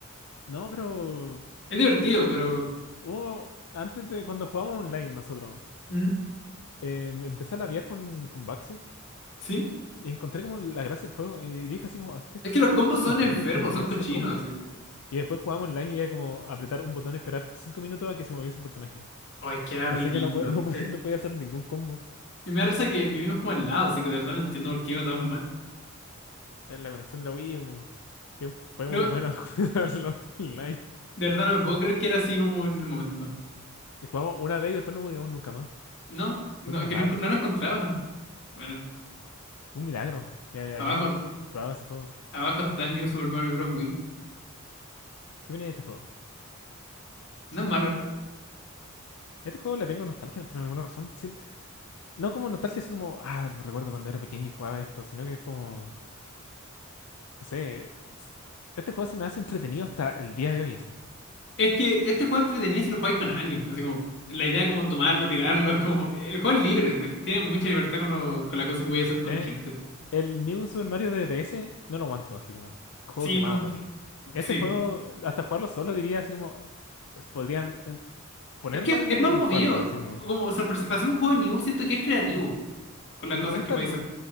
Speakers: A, on the left; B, on the left.
A: No, pero
B: Es divertido, pero...
A: hubo- antes de cuando jugábamos online nosotros,
B: ¿Mm?
A: eh, empecé a labiar con, con Batsu.
B: ¿Sí?
A: Y encontré como la gracia del juego. Y dije así como, este
B: Es que los
A: juego
B: combos
A: está muy
B: son
A: entrete,
B: enfermos,
A: como que
B: son
A: quiero
B: cochinos,
A: hacer el combo.
B: así.
A: Y después jugábamos online y era como apretar un botón, esperar cinco minutos a que se moviese el personaje.
B: Ay, es que era
A: Así
B: ridículo.
A: que no, po- <laughs> no, po-
B: Eh,
A: no podía hacer ningún combo.
B: Y me da risa que vivimos como al lado, así que de verdad no entiendo por qué iba tan mal.
A: Eh, La conexión de la Wii, mm, que fue muy
B: No,
A: buena
B: de
A: <laughs> jugarlo online.
B: verdad no me puedo creer que era así como en el momento.
A: Y jugamos una vez y después no pudimos nunca más.
B: No, no,
A: Fue como
B: que
A: raro.
B: no, enco- no lo encontraba. Bueno,
A: Fue un milagro que hayamos
B: abajo,
A: probado ese juego.
B: abajo está el New Super Mario Bros. Wii.
A: ¿Qué viene de este juego?
B: No es malo.
A: Este juego le tengo nostalgia por alguna razón. sí. No como nostalgia así como, ah, me recuerdo cuando era pequeño y jugaba esto, sino que es como... No sé s- este juego se me hace entretenido hasta el día de hoy, así.
B: Es que este juego entretenido si lo jugáis con alguien. Así como, la idea de como tomarlo, tirarlo, es como. El juego es libre, me- tiene mucha libertad con, lo- con la cosa que voy a hacer con
A: Eh,
B: gente.
A: el New Super Mario de DS no lo aguanto, así como, juego
B: Sí,
A: quemado
B: no,
A: para mí. Este
B: sí.
A: juego, hasta jugarlo solo diría así como, eh, podría eh, ponerlo
B: Es que
A: y,
B: es más movido.
A: jugarlo, así como.
B: Como sorpresi- para hacer un juego de New, siento que es creativo con las
A: Y
B: cosas
A: me gustan
B: que puede hacer.
A: los,